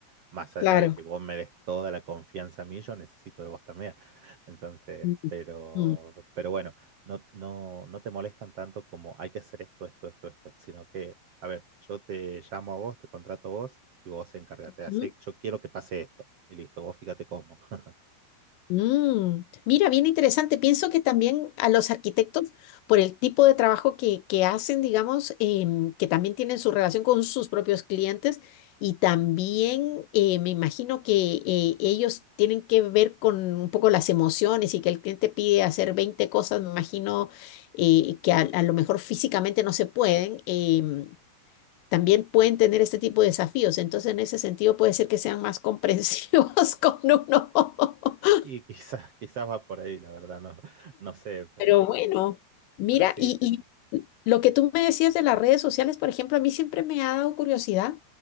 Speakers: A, on the right; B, on the left.
A: Más allá
B: claro.
A: de que vos me des toda la confianza a mí, yo necesito de vos también. Entonces,
B: Mm,
A: pero,
B: mm,
A: pero bueno, no, no, no te molestan tanto como hay que hacer esto, esto, esto, esto, sino que, a ver, yo te llamo a vos, te contrato a vos y vos encárgate de hacer,
B: mm.
A: yo quiero que pase esto. Y listo, vos fíjate cómo. <laughs>
B: Mm, mira, bien interesante. Pienso que también a los arquitectos, por el tipo de trabajo que, que hacen, digamos, em, que también tienen su relación con sus propios clientes y también eh, me imagino que eh, ellos tienen que ver con un poco las emociones y que el cliente pide hacer 20 cosas, me imagino eh, que a, a lo mejor físicamente no se pueden. em, También pueden tener este tipo de desafíos, entonces en ese sentido puede ser que sean más comprensivos <laughs> con uno. <laughs>
A: Y quizás, quizás va por ahí, la verdad, no, no sé, pero,
B: Pero bueno, mira,
A: pero sí,
B: y,
A: sí, sí.
B: y lo que tú me decías de las redes sociales, por ejemplo, a mí siempre me ha dado curiosidad,